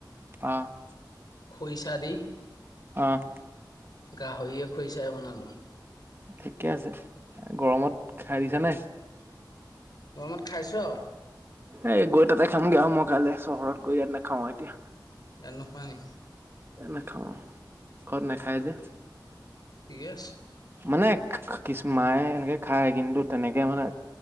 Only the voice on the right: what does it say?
অহ',
অ',
ঠিকে আছে গৰমত খাই দিছা নে?
এ গৈ তাতে খামগে আও মই কাইলে চহৰত গৈ ইয়াত নেখাওঁ আৰ এতিয়া।
এ নাখাওঁ আৰ ঘৰত নাখায় যে।
মানে <unintelligible> কি কিচ মায়ে এনেকে খায় কিন্তু তেনেকে মানে